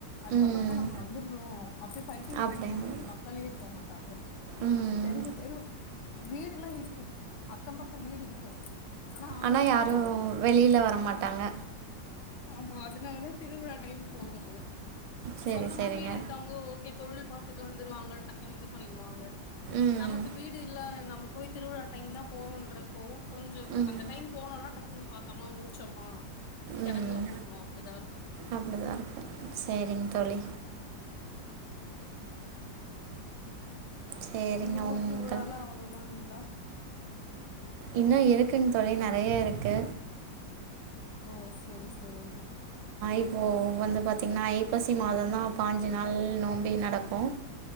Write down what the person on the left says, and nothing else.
அதுக்கப்பறம்ல்லாம்
நம்ம வந்துடுவோம் அப்டியே பைத்தியம் முடிச்ச
மாரி மக்களே இருக்க மாட்டாங்க
தெருவு தெரு வீடு எல்லாம் இருக்கும் அக்கம் பக்கம் வீடு இருக்கும் ஆனா ஆள்
பக்க
முடியாது
ஆ
ஆமா அதனாலதான் திருவிழா டைமுக்கு போறோம் <inaudible>
சொந்தமா
வீடு இருக்கவங்க ஓகே தொழில் பாத்துட்டு வந்துருவாங்க டக்குன்னு இது பண்ணிடுவாங்க
நமக்கு வீடு இல்ல நமக்கு போய் திருவிழா டைம் தான் போகறோன்றப்போ கொஞ்ச
அந்த டைம் போனோனா டக்குன்னு பாத்தோமா முடிச்சோமா கிளம்பி
வந்துரனும் அப்டிதான் இருக்கும்
உங்க ஊர்
திருவிழால அவ்ளவுதானங்களா
ஓ செரி-செரிங்க